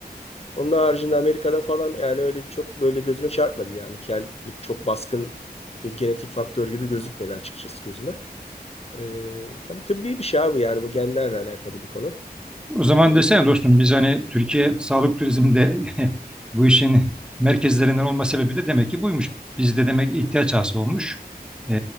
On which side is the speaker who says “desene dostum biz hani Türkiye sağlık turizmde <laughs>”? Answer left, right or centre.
Centre